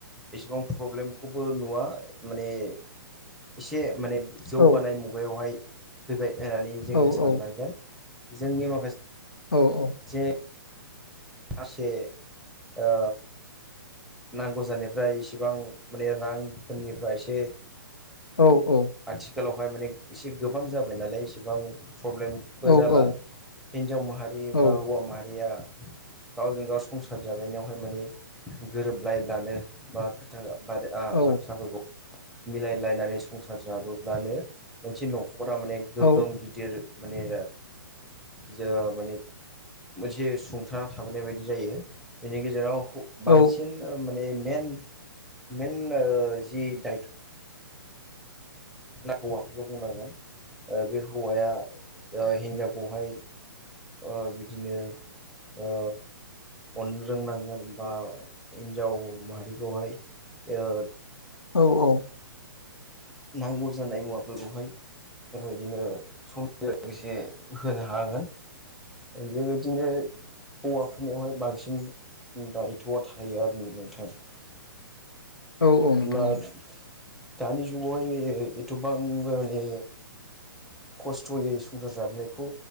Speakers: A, in the centre; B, on the left.
A: एसेबां प्रब्लेमखौबो नुवा माने एसे माने जौगानाय
B: नोंथां औ
A: मुगायावहाय फैबाय होननानै जोङो
B: औ
A: साननांगोन
B: औ
A: जोंनि माखासे
B: औ औ
A: जे आसे ओ नांगौ जानिफ्राय इसेबां माने रांफोरनिफ्राय एसे
B: औ औ
A: आथिखालावहाय माने एसे गोबां जाबाय नालाय एसेबां प्रब्लेम बो
B: औ
A: जाला
B: औ
A: हिन्जाव माहारि
B: औ
A: बा हौवा माहारिया गावजों गाव संसार जालायनायावहाय माने गोरोबलायबानो बा खोथा बाथ्राफोरखौ
B: औ
A: मिलायलायनानै संसार जाबोब्लानो मोनसे न'खरा माने गोग्गोम
B: औ
A: गिदिर माने जो माने मोनसे सुंथाना थाबोनाय बायदि जायो बेनि गेजेराव बांसिन
B: औ
A: माने मेन मेन जि दायथ' ना हौवाफोरखौ बुंनांगोन बे हौवाया हिनजावखौहाय ओ बिदिनो ओ अननो रोंनांगोन बा हिन्जाव माहारिखौहाय ओ
B: औ औ
A: नांगौ जानाय मुवाफोरखौहाय बिदिनो समजों लोगोसे होनो हागोन बेबायदिनो हौवाफोरनियावहाय बांसिन दायथ'आ थायो आरो नोंथां
B: औ औ नोंथां
A: होनब्ला दानि जुग जुगावहाय एथ'बां म माने खस्थ'यै संसार जाबोनायखौ